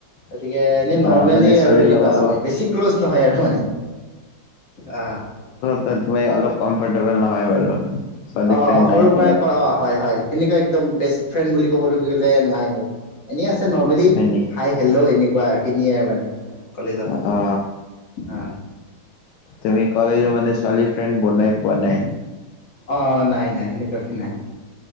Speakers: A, on the left; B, on the left.
A: গতিকে এনে নৰ্মেলি
B: আহ মানে ছোৱালীৰ
A: আৰু এনেকুৱা
B: লগত অলপ
A: বেছি ক্লজ নহয় আৰু মানে, অ
B: ত মই অলপ কমফৰ্টেবুল নহয় বাৰু। ছোৱালী
A: অ
B: ফ্ৰেণ্ড
A: সৰুৰ
B: নাই তোমাৰ
A: পৰাই ক অ হয় হয় সেনেকুৱা একদম বেষ্ট ফ্ৰেণ্ড বুলি ক'বলৈ গ'লে নাই আৰু এনেই আছে নৰ্মেলি
B: হয় নেকি?
A: হাই হেল্ল' এনেকুৱা খিনিয়ে আৰু মানে। কলেজত
B: অ,
A: অ
B: তুমি কলেজৰ মানে ছোৱালী ফ্ৰেণ্ড বনাই পোৱা নাই।
A: অ নাই নাই সেনেকুৱাকে নাই।